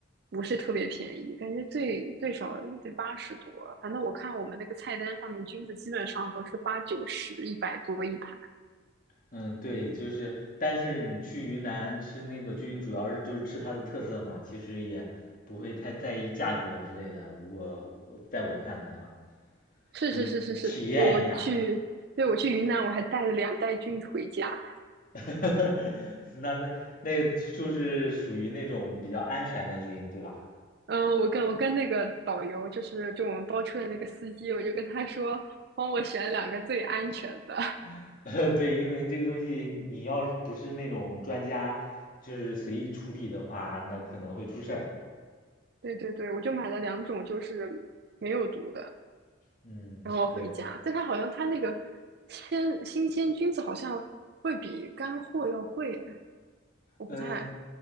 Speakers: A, on the right; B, on the left.
A: 不是特别便宜，感觉最最少也得八十多，反正我看我们那个菜单上面菌子基本上都是八九十一百多一盘。
B: 嗯，对，就是，但是你去云南吃那个菌，主要是就是吃它的特色嘛，其实也不会太在意价格之类的。如果我在我看来的话，
A: 是是是是是，
B: 就是体验一下，
A: 我去，对，我去云南，我还带了两袋菌回家。
B: <laughs> 那那那就是属于那种比较安全的菌，对吧？
A: 嗯，我跟我跟那个导游，就是就我们包车的那个司机，我就跟他说，帮我选两个最安全的。
B: <laughs> 呃对，因为这个东西你要是不是那种专家，就是随意处理的话，那可能会出事儿。
A: <laughs> 对对对，我就买了两种，就是没有毒的，
B: 嗯，
A: 然后回家。
B: 对，
A: 但他好像他那个鲜新鲜菌子好像会比干货要贵，我不太
B: 嗯，